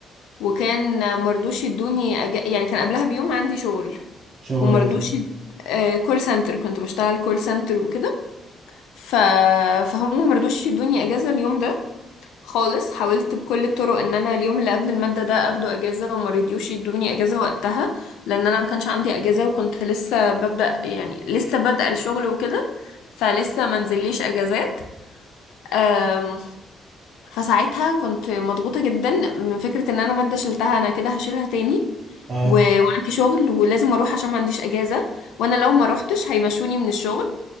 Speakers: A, on the left; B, on the right.
A: وكان مرضوش يدوني أج... يعني كان قبلها بيوم عندي شغل
B: شغل
A: ومرضوش
B: ايه
A: يد... آه، كول سنتر كنت بشتغل كول سنتر وكده ف... فهم مرضوش يدوني اجازة اليوم ده خالص حاولت بكل الطرق ان انا اليوم اللي قبل المادة ده اخده اجازة وما رضيوش يدوني اجازة وقتها لان انا ما كانش عندي اجازة وكنت لسه ببدأ يعني لسه بادئة الشغل وكده فلسه ما نزليش اجازات أم، فساعتها كنت مضغوطة جدا من فكرة ان انا مادة شلتها انا كده هشيلها تاني
B: اه
A: و... وعندي شغل ولازم اروح عشان ما عنديش اجازة وانا لو ما روحتش هيمشوني من الشغل